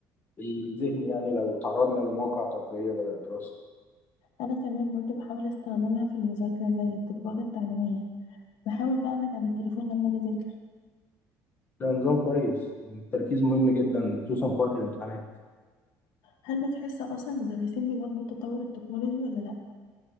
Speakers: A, on the left (about 25°); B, on the left (about 85°).
A: الذهن يعني لو تعرضنا لمواقع ترفيهية بدل الدراسة
B: انا كمان برضو بحاول استخدمها في المذاكره زي التطبيقات التعليميه بحاول بقى ابعد عن التليفون لما اجي اذاكر
A: ده نظام كويس التركيز مهم جدا خصوصا في وقت الامتحانات
B: هل بتحس اصلا المدرسين بيواكبوا تطور التكنولوجي ولا لا